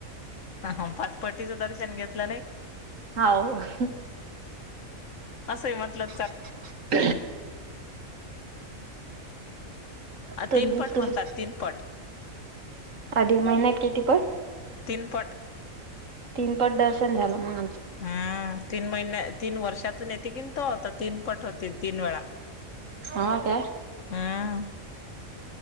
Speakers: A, on the left; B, on the right.
A: ह हा पाचपट्टीचं दर्शन घेतलं नाही-
B: हा.
A: असं म्हटल.
B: <inaudible> तुम
A: तीन पट
B: तुम
A: म्हणतात तीन पट
B: अधिक महिन्यात किती पण.
A: तीनपट
B: तीन पट दर्शन झालं मग आमं.
A: हम्म तीन महिन्या तीन वर्षातून येते की तो होता तीन पट होते तीन वेळा
B: हो काय
A: हम्म